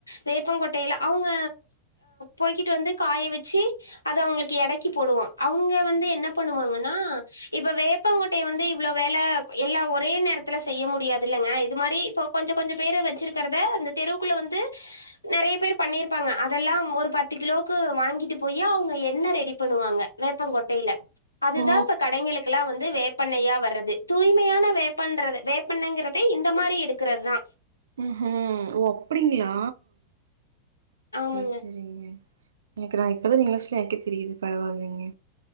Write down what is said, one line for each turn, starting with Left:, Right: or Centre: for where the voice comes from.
Left: வேப்பங்கொட்டையில அவுங்க பொருகிட்டு வந்து காய வெச்சி அத அவுங்களுக்கு எடைக் கிப் போடுவோ அவுங்க வந்து என்ன பண்ணுவாங்கன்னா இப்ப வேப்பாங்கோட்டய வந்து இவ்ளோ வெல எல்லா ஒரே நேரத்தில செய்ய முடியாது இல்லங்க இது மாரி இப்ப கொஞ்ச கொஞ்ச பேர் வச்சிருக்கிறத அந்த தெருவுக்குள்ள வந்து நெறைய பேர் பண்ணிருப்பாங்க அதெல்லாம் ஒரு பத்து கிலோவுக்கு வாங்கிட்டு போயி அவுங்க எண்ணெ ரெடிப் பண்ணுவாங்க வேப்பங்கொட்டையில அதுதான்
Right: ஓ
Left: இப்ப கடைங்களுக்கெல்லா வந்து வேப்பெண்ணயா வர்றது தூய்மையான வேப்பண்றது வேப்பெண்ணங்கரது இந்த மாரி எடுக்கிறத்தா
Right: ம்ஹும் ஓ அப்டிங்களா
Left: ஆமாங்க
Right: சேர் செரிங்க எனக்கு நான் இப்பதான் நீங்களா சொ எனக்கே தெரியுது பரவால்லிங்க